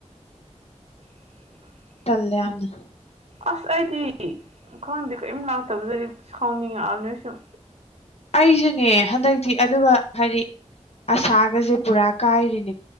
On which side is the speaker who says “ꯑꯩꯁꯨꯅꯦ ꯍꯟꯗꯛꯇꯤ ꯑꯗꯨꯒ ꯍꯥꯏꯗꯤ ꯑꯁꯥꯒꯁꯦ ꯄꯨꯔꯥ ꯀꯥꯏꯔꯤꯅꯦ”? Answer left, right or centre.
Left